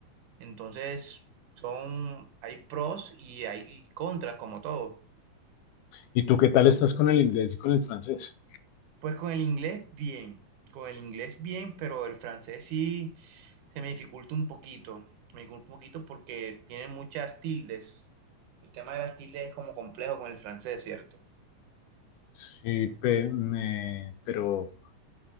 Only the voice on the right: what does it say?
Entonces, son, hay pros y hay contras, como todo.
Pues con el inglés, bien, con el inglés, bien, pero el francés sí se me dificulta un poquito. Me dificulta un poquito porque tiene muchas tildes. El tema de las tildes es como complejo con el francés, ¿cierto?